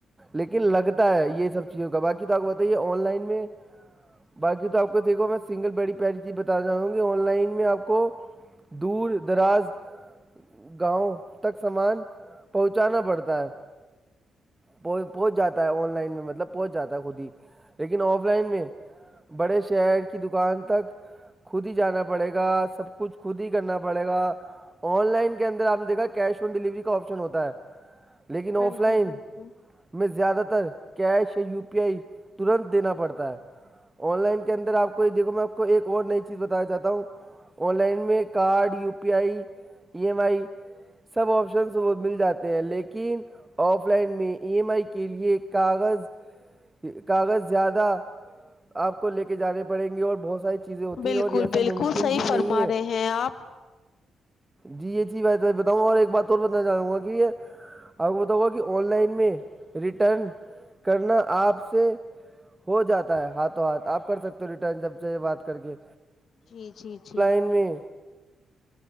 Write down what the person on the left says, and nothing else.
بالکل
بالکل
بالکل
بالکل
صحیح
فرما
رہے ہیں آپ
جی جی جی